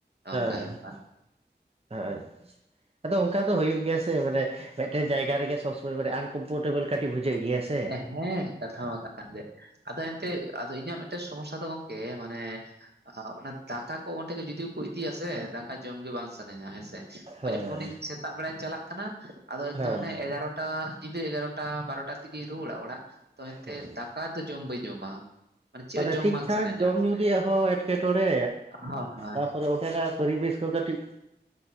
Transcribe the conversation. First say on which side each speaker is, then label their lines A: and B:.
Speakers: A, on the right (about 35°); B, on the right (about 65°).
A: ᱦᱮᱸ
B: ᱚᱱᱠᱟ ᱵᱮᱯᱟᱨ
A: ᱟᱪᱪᱷᱟ ᱟᱫᱚ ᱚᱱᱠᱟ ᱫᱚ ᱦᱩᱭᱩᱜ ᱜᱮᱭᱟ ᱥᱮ ᱢᱟᱱᱮ ᱢᱤᱫᱴᱮᱱ ᱡᱟᱭᱜᱟ ᱨᱮᱜ ᱥᱚᱵᱽᱚᱢᱚᱭ ᱢᱟᱱᱮ ᱟᱱᱠᱚᱢᱯᱷᱳᱚᱨᱴᱮᱵᱮᱞ ᱠᱟᱹᱴᱤᱡ ᱵᱩᱡᱷᱟᱹᱜ ᱜᱮᱭᱟ ᱥᱮ
B: ᱦᱮᱸ ᱠᱟᱛᱷᱟ ᱢᱟ ᱠᱟᱱᱜᱮ ᱟᱫᱚ ᱮᱱᱛᱮ ᱟᱫᱚ ᱤᱧᱟᱹᱜ ᱢᱤᱫᱴᱮᱱ ᱥᱚᱢᱚᱥᱥᱟ ᱫᱚ ᱜᱚᱝᱠᱮ ᱢᱟᱱᱮ ᱚᱱᱟ ᱫᱟᱠᱟ ᱠᱚ ᱚᱸᱰᱮ ᱜᱮ ᱡᱩᱫᱤᱠᱚ ᱤᱫᱤᱭᱟ ᱥᱮ ᱫᱟᱠᱟ ᱡᱚᱢ ᱜᱮ ᱵᱟᱝ ᱥᱟᱱᱟᱧᱟ ᱦᱮᱸ ᱥᱮᱮ
A: ᱦᱳᱭ
B: ᱚᱭ ᱡᱮᱢᱚᱱᱤᱧ ᱥᱮᱛᱟᱜ ᱵᱮᱲᱟᱧ ᱪᱟᱞᱟᱜ ᱠᱟᱱᱟ ᱟᱫᱚ ᱮᱠᱫᱚᱢ
A: ᱦᱮᱸ
B: ᱦᱟᱱᱮ ᱮᱜᱟᱨᱚᱴᱟ ᱧᱤᱫᱟᱹ ᱮᱜᱟᱨᱚᱴᱟ ᱵᱟᱨᱚᱴᱟ ᱛᱮᱜᱤᱧ ᱨᱩᱣᱟᱹᱲᱟ ᱚᱲᱟᱜ ᱛᱚ ᱮᱱᱛᱮ
A: ᱦᱳᱭ
B: ᱫᱟᱠᱟ ᱫᱚ ᱡᱚᱢ ᱵᱟᱹᱧ ᱡᱚᱢᱟ ᱪᱮᱫ
A: ᱢᱟᱱᱮ
B: ᱦᱚᱸ ᱡᱚᱢ
A: ᱴᱷᱤᱠ
B: ᱵᱟᱝ
A: ᱴᱷᱟᱠ
B: ᱥᱟᱱᱟᱧᱟ
A: ᱡᱚᱢ ᱧᱩ ᱨᱮᱭᱟᱜ ᱦᱚᱸ ᱮᱸᱴᱠᱮᱴᱚᱲᱮ
B: ᱦᱳᱭ ᱦᱳᱭ
A: ᱟᱨ ᱯᱚᱨᱮ ᱚᱸᱰᱮᱱᱟᱜ ᱯᱚᱨᱤᱵᱮᱥ ᱠᱚ ᱠᱟᱹᱴᱤᱡ